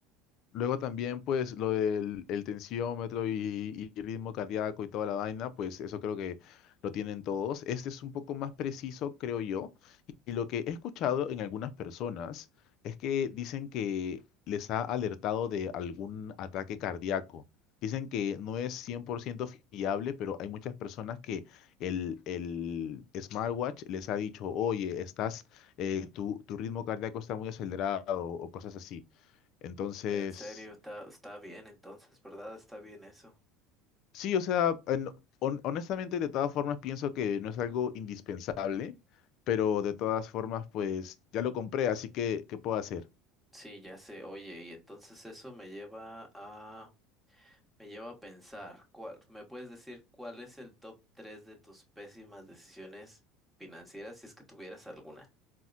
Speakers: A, on the left; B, in the centre.
A: Luego también, pues, lo del el tensiómetro y, y ritmo cardíaco y toda la vaina, pues eso creo que lo tienen todos. Este es un poco más preciso, creo yo. Y, y lo que he escuchado en algunas personas es que dicen que les ha alertado de algún ataque cardíaco. Dicen que no es 100% fiable, pero hay muchas personas que el, el smartwatch les ha dicho, oye, estás, eh, tu, tu ritmo cardíaco está muy acelerado o cosas así. Entonces...
B: en serio, está, está bien entonces, ¿verdad? Está bien eso.
A: Sí, o sea, en- hon- honestamente de todas formas pienso que no es algo indispensable, pero de todas formas pues ya lo compré, así que ¿qué puedo hacer?
B: Sí, ya sé. Oye, y entonces eso me lleva a, me lleva a pensar, ¿cuál- ¿me puedes decir cuál es el top 3 de tus pésimas decisiones financieras si es que tuvieras alguna?